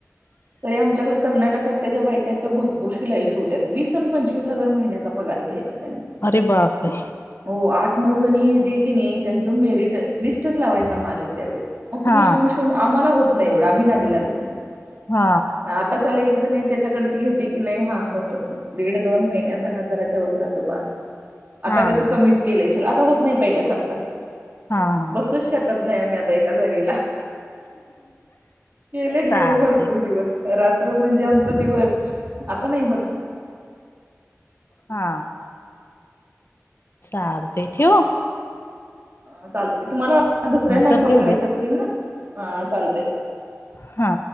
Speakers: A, on the right; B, on the left.
A: अरे आमच्याकडे कर्नाटक ज्या बायका आहेत त्या भरपूर शिलाईश होत वीस आणि पंचवीस हजार महिन्याचा पगार घ्यायच्यात.
B: अरे बापरे!
A: हो आठ, नऊ जणी की नाही त्यांच मेरिट लिस्टच लावायचा मालक त्यावेळेस मग
B: हा
A: तुम् श आम्हाला होत नाही एवढं आम्ही नादी लागत नाही.
B: हा
A: आताच्याला ए ते नाही त्याच्याकडची घेती की नाही. हा होतं दीड दोन महिन्यात दहा हजाराचा जात बास आता
B: हा
A: कसं कमीच
B: हा
A: केलं सर आता होत नाही पहिल्यासारखं
B: हा
A: बसूच शकत नाही आम्ही आता एका जागेला. केले
B: चालत
A: की हो भरपूर दिवस रात्र म्हणजे आमचा दिवस. आता नाही होत.
B: हा. चालतंय ठेऊ?
A: ह चालते तुम्हाला दुसऱ्यांना आणि
B: करते
A: कॉल करायचं
B: उद्या
A: असतील ना? चालतय.
B: हा.